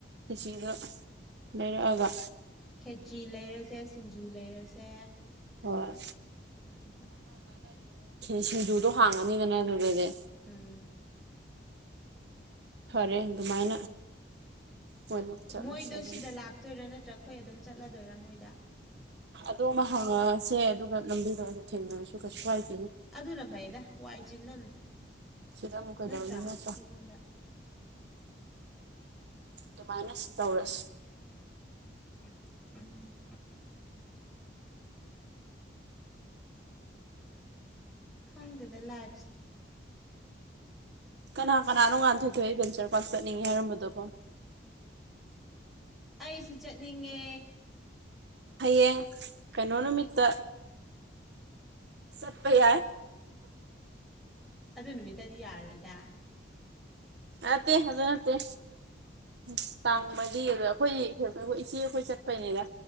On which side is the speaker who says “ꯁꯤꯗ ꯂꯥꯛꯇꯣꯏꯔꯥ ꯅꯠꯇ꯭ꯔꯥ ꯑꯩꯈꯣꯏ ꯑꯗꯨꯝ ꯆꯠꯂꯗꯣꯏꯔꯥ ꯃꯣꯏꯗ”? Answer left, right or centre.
Centre